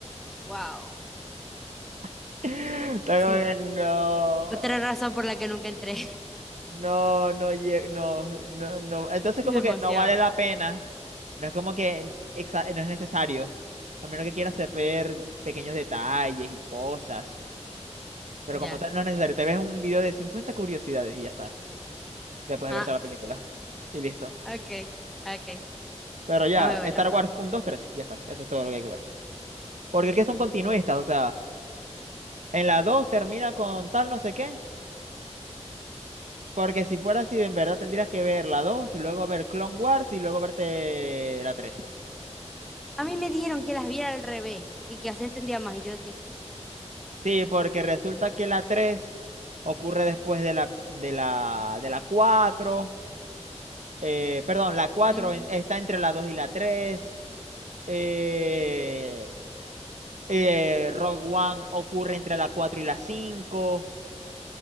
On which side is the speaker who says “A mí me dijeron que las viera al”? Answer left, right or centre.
Centre